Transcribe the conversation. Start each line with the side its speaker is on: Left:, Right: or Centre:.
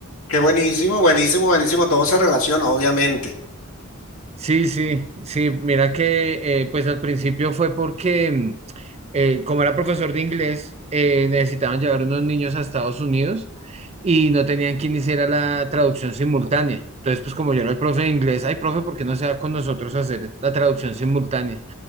Left: Qué buenísimo, buenísimo, buenísimo. Todo se relaciona, obviamente.
Right: Sí, sí, sí, mira que eh, pues al principio fue porque mm, eh, como era profesor de inglés, eh, necesitaban llevar unos niños a Estados Unidos y no tenían quien hiciera la traducción simultánea. Entonces, pues como yo era el profe de inglés, ay, profe, ¿por qué no se va con nosotros a hacer la traducción simultánea?